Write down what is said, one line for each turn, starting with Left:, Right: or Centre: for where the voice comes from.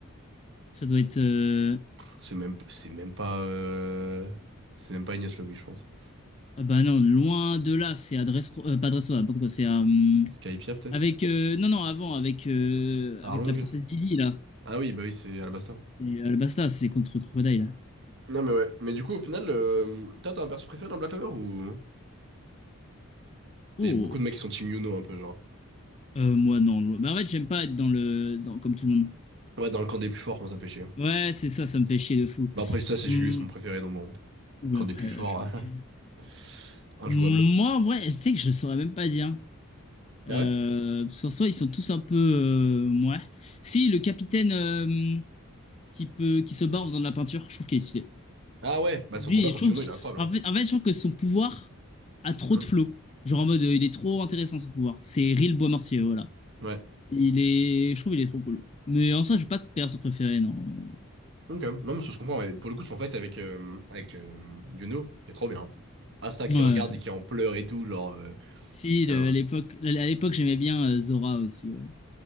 Left: Ça doit être. euh,
Right: c'est même, c'est même pas. euh, C'est même pas Ignace Lobby, je pense.
Left: Ah bah non, loin de là, c'est à Dressro- euh, pas Dressrosa, n'importe quoi, c'est à. hum,
Right: Skypia, peut-être?
Left: Avec. euh, Non, non, avant, avec, euh,
Right: Tarlong?
Left: avec la princesse Vivi, là.
Right: Ah oui, bah oui, c'est Alabasta.
Left: Et Alabasta, c'est contre Crocodile. là.
Right: Non, mais ouais. Mais du coup, au final, euh, toi, t'as un perso préféré dans Black Clover ou.
Left: Oh!
Right: Il y a beaucoup de mecs qui sont Team Yuno un peu, genre.
Left: Euh, moi, non. lo- Mais en fait, j'aime pas être dans le. Dans... Comme tout le monde.
Right: Ouais, dans le camp des plus forts, moi, ça me fait chier.
Left: Ouais, c'est ça, ça me fait chier de fou.
Right: Bah après, ça, c'est
Left: Hum,
Right: Julius, mon préféré, donc bon.
Left: Ou
Right: Camp
Left: après,
Right: des plus
Left: euh,
Right: forts.
Left: je- ok.
Right: <laughs> Injouable.
Left: Moi, en vrai, tu sais que je saurais même pas dire.
Right: Ah
Left: Euh,
Right: ouais?
Left: parce qu'en soi, ils sont tous un peu. euh, ouais. Si, le capitaine euh, qui peut, qui se bat en faisant de la peinture, je trouve qu'il est stylé.
Right: Ah ouais, bah
Left: Lui,
Right: son combat contre
Left: je trouve.
Right: Yuno, il est incroyable,
Left: En
Right: hein.
Left: fait, en fait, je trouve que son pouvoir a trop
Right: Hum,
Left: de flow. Genre en mode, euh, il est trop intéressant son pouvoir. C'est Ril bois voilà.
Right: Ouais.
Left: Il est. Je trouve qu'il est trop cool. Mais en soi, j'ai pas de perso préféré, non. Euh,
Right: Ok. Non, mais ça se comprend. Mais Pour le coup, son fight avec, euh, avec euh, Yuno, c'est trop bien. Asta qui
Left: Ouais.
Right: regarde et qui en pleure et tout, genre. euh,
Left: Si,
Right: putain,
Left: le- à l'époque,
Right: ouais.
Left: à l'époque, j'aimais bien euh, Zora aussi, ouais.